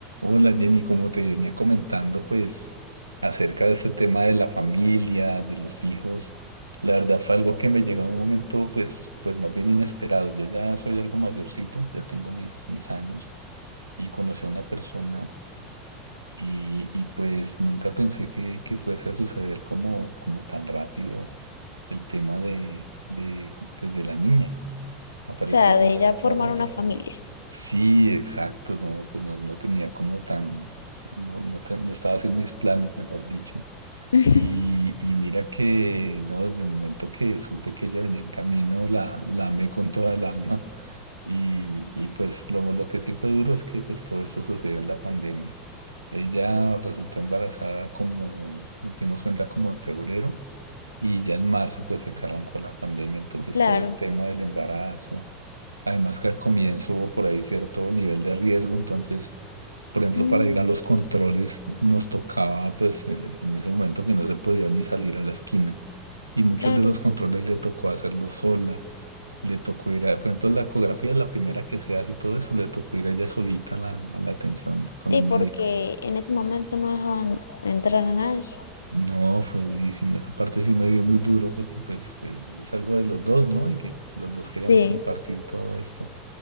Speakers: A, on the right (about 90°); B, on the left (about 75°).
A: Hola Jenny, como te venía comentando, pues acerca de este tema de la familia, de los hijos, la verdad fue algo que me llegó en un momento pues, pues más bien inesperado. Yo ya soy algo mayorcito, ya tengo mis, mis años y conocí a una persona y, y, pues nunca pensé que, que fuese a suceder como, como tan rápido el tema de, de, pues, de la niña. Apareció
B: O sea,
A: de un
B: de
A: momento
B: ya formar
A: a otro.
B: una familia.
A: Sí, exacto, no, pues no, no tenía como tan, no, no, te- no estaba haciendo mis planes, mejor dicho.
B: <laughs>
A: Y, y mira que, no, desde el momento que supe que ella venía en camino, la, la amé con toda el alma. Y, y pues lo, lo que sí fue duro es que pues todo esto sucedió en la pandemia. Ella resultó embarazada como, nos dimos cuenta como en febrero. Y ya en marzo, pues fue que arrancó la pandemia, entonces
B: Claro,
A: todo el tema del embarazo. Además que al comienzo hubo por ahí cierto nivel de riesgo, entonces, por ejemplo,
B: mm,
A: para ir a los controles nos tocaba, pues, eh, en ese momento que no se podía ni salir a la esquina. Y muchos
B: claro.
A: de los controles le tocó hacerlos sola. Le tocó ir a, por ejemplo, la ecografía, la primera que se hace y todo eso, le tocó ir a ella solita a la, a la atención
B: Sí,
A: con el médico.
B: porque en ese momento no dejaban entrar a nadie.
A: No, fue durísimo. Esa parte sí me dio muy duro porque pues eh, es algo de los dos, ¿no? Y que los dos queríamos
B: Sí,
A: compartir todo esto.